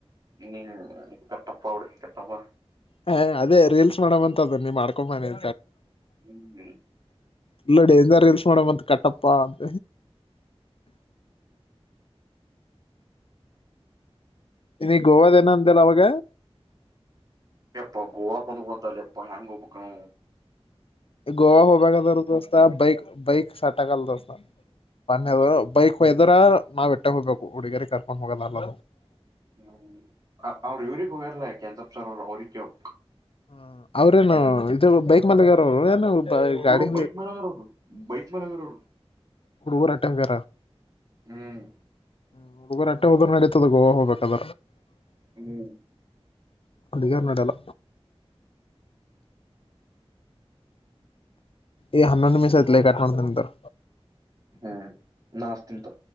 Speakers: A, on the right; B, on the left.
A: ಹ್ಮ್ ಕಟ್ಟಪ್ಪ ಅವಡ ಕಟ್ಟಪ್ಪ
B: ಹ ಅದೇ ರೀಲ್ಸ್ ಮಾಡಮ್ ಅಂತ ಅದದು ನೀವ್ ಮಾಡ್ಕಬನಿ
A: ಹ್ಮ್ ಹ್ಮ್
B: ಪಲ್ಲಡಿ ಎಂತ ರೀಲ್ಸ್ ಮಾಡೋಡ ಬಂತ ಕಟ್ಟಪ್ಪಾ ಅಂತ ಇ ಗೋವಾದ ನಂತಲ್ಲ ಅವಾಗ
A: ಎಪ್ಪ ಗೋವಾ ಕೊೊಂದು ಬತಲ್ಲ ಎಪ್ಪ ಹೆಂಗ್ ಗೋಪಕ್ಕನ
B: ಗೋವಾ ಹಬ್ಯಾ ಕಾದದುಸ್ ಬೈಕ್ ಬೈಕ್ ಸಟಾಕಲ್ಲತ ಬೇದ ಬೈಕ್ ಹೋಯದ್ರ ನಾವ್ ಇಟ್ಟ ಹೋಗ್ಬೇಕು ಹುಡುಗಿಯರಿ ಕರ್ಕೊಂಡ್ ಹೋಗೋದಲ್ಲ
A: ಹ್ಮ್ ಅವ್ಇವಕ ಬರಲ್ಲ ಕೆಂತಪ್ ಸರ್ ಅವರು ಅವಕ
B: ಹ ಅವ್ರೇನು ಇ ಬೈಕ್ ಮಾಲಕರುರು ಏನು
A: ಹ
B: ಗಾಡಿ
A: ಬೈಕ್ ಮ್ಯಲೆದರ್ರೋಬೈಕ್ ಮಲೆದರೋರೇ
B: ಹಡು ಊರಾಟಂ ಕ
A: ಹ್ಮ್
B: ಹ್ಮ್ ಹುಡುಗರು ಅಟ್ಟೆ ಹೋದ್ರು ನಡೀತದ ಗೋವಾ ಹೋಗಬೇಕದ
A: ಹ್ಮ್
B: ಅಡುಗೆಾರ ನಡ ಎಲ್ಲ ಎ ಹಣ್ಣಮಸ ಇತಲ ಕಾಠ್ಮಾಂಡು ನಂತರ
A: ಹ್ಮ್ ನಾಸ್ತಂತು